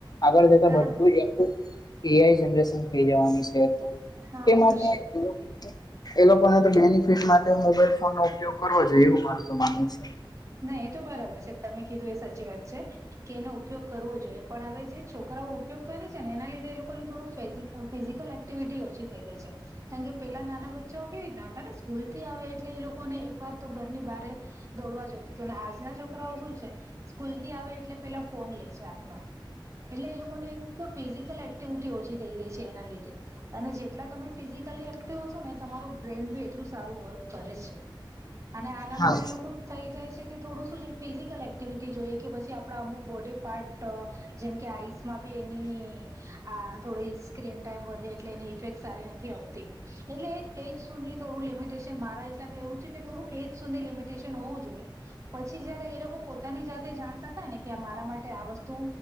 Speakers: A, on the left; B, on the right.
A: આગળ જતા
B: હા
A: બધું
B: હા
A: જ આખું એઆઈ જનરેશન થઈ જવાનું છે
B: હા
A: એ માટે
B: તો છે
A: એ લોકો એ લોકોને તો બેનિફિટ માટે મોબાઈલ ફોન નો ઉપયોગ કરવો જોઈએ એવું મારું તો માનવું છે
B: ના એ તો બરાબર છે તમે કીધું એ સાચી વાત છે કે એનો ઉપયોગ કરવો જોઈએ પણ હવે જે છોકરાઓ ઉપયોગ કરે છે ને એના લીધે એ લોકોને થોડુંક ફિઝિકલ એક્ટિવિટી ઓછી થઈ ગઈ છે કારણ કે પેલા નાના બચ્ચાઓ કેવી રીતના હતા ને સ્કૂલ થી આવે એટલે એ લોકો ને એક વાર તો ઘરની બારે દોડવા જોયતું તું ને આજના છોકરાઓ શું છે સ્કૂલ થી આવે એટલે પેલા ફોન લે છે હાથ માં એટલે એ લોકોને એક તો ફિઝિકલ એક્ટિવિટી ઓછી થઈ ગઈ છે એના લીધે અને જેટલા તમે ફિઝિકલી એક્ટિવ હશો ને તમારું બ્રેન બી એટલું સારું વર્ક કરે છે અને આના
A: હા
B: માં એ લોકો થઈ જાય છે કે થોડું શું છે ફિઝિકલ એક્ટિવિટી જોઈએ કે પછી આપડા અમુક બોડી પાર્ટ જેમ કે આઈસ માબી એની આ થોડી સ્ક્રીન ટાઈમ વધે એટલે એની ઇફેક્ટ સારી નથી આવતી એટલે એક એજ સુધી થોડું લિમિટેશન મારા હિસાબે એવું છે કે થોડુંક એજ સુધી લિમિટેશન હોવું જોઈએ પછી જયારે એ લોકો પોતાની જાતે જાણતા થાય ને કે મારા માટે આ વસ્તુ